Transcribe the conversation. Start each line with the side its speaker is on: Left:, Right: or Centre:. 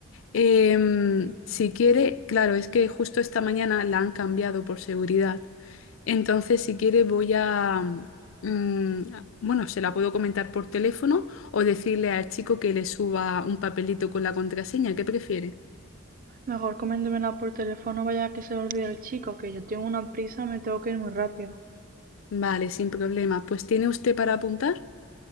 Left: Em, si quiere, claro, es que justo esta mañana la han cambiado por seguridad. Entonces, si quiere, voy a, mm, bueno, se la puedo comentar por teléfono o decirle al chico que le suba un papelito con la contraseña. ¿Qué prefiere?
Right: Mejor coméntemela por teléfono, vaya que se le olvide el chico, que yo tengo una prisa, me tengo que ir muy rápido.
Left: Vale, sin problema. Pues, ¿tiene usted para apuntar?